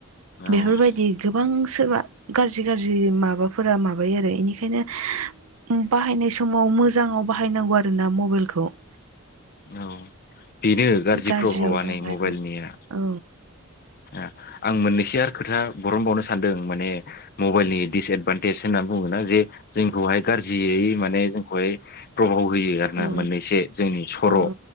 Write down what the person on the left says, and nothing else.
औ
औ बेनो गारजि
प्रभाबानो
मबाइलनिया‌
आ आं मोननैसो आर खोथा बरनबावनो सानदों माने मबाइलनि दिसएदभान्टेज होनना बुङोना जे जोंखौहाय गारजियै माने जोंखौहाय प्रभाव बोयो आरोना
मोननैसे जोंनि सर'
।